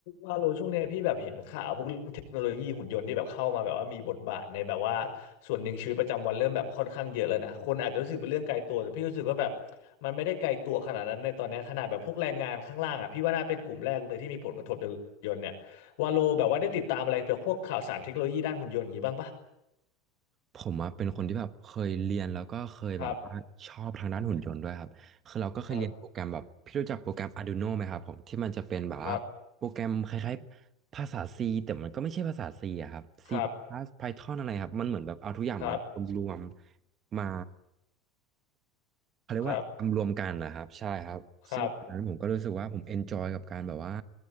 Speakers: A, on the left; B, on the right.
A: ว่าโลช่วงเนี้ยพี่แบบเห็นข่าวพวกเรื่องเทคโนโลยีหุ่นยนต์ที่แบบเข้ามาแบบว่ามีบทบาทในแบบว่าส่วนหนึ่งชีวิตประจำวันเริ่มแบบค่อนข้างเยอะเลยนะคนอาจจะรู้สึกเป็นเรื่องไกลตัวแต่พี่รู้สึกว่าแบบมันไม่ได้ไกลตัวขนาดนั้นในตอนเนี้ยขนาดแบบพวกแรงงานข้างล่างอ่ะพี่ว่าน่าเป็นกลุ่มแรกเลยที่มีผลกระทบจากหุ่นยนต์เนี่ยว่าโลแบบว่าได้ติดตามอะไรแบบพวกข่าวสารเทคโนโลยีด้านหุ่นยนต์อย่างนี้บ้างปะ
B: ผมอะเป็นคนที่แบบเคยเรียนแล้วก็เคยแบบว่าชอบทางด้านหุ่นยนต์ด้วยครับคือเราก็เคยเรียนโปรแกรมแบบพี่รู้จักโปรแกรม
A: ครับครับ
B: Arduino ไหมครับผมที่มันจะเป็นแบบว่าโปรแกรมคล้ายๆภาษา
A: ครับ
B: C แต่มันก็ไม่ใช่ภาษา C อะครับ C
A: ครับ
B: Python อะไรครับมันเหมือนแบบเอาทุกอย่างมารวมๆมา
A: ครับ
B: เขาเรียกว่าทำรวมกันนะครับใช่ครับซึ่งตอนนั้นผมก็รู้สึกว่าผมเอนจอยกับการแบบว่า
A: ครับครับ